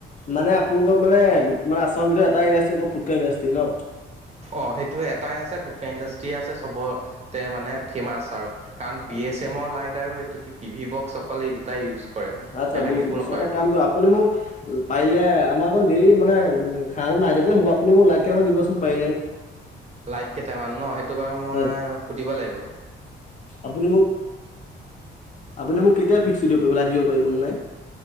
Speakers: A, on the left; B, on the right.
A: মানে আপোনালোক মানে আচৰণ ভিতৰত এটাই ইণ্ডাষ্ট্ৰি ফুটকা ইণ্ডাষ্ট্ৰি ন
B: অ সেইটো এটাই আছে পুটকা ইণ্ডাষ্ট্ৰি আছে চবতে মানে ফেমাচ আৰু। কাৰণ বি
A: আচ্ছা
B: এছ এমৰ
A: আচ্ছা
B: লাইট আৰু এইটো কি পি ভি বক্স অকলে এই দুটাই ইউজ কৰে।
A: আচ্ছা
B: বেলেগ
A: বুইছো
B: একো
A: বুজছো
B: নকৰে।
A: এটা কাম কৰ আপুনি মোক পাৰিলে আমাৰ এ দেৰি মানে লৈ খানা তো নাইটতে হ'ব আপুনি মোক লাইত কেইটামান দিবচোন পাৰিলে।
B: লাইট কেইটামান ন সেইটো বাৰু মই
A: হয়
B: সুধিব লাগিব।
A: আপুনি মোক আপুনি মোক কেতিয়া ফিক্সটো দিব পাৰিব লাইট দিব পাৰিব অননাই।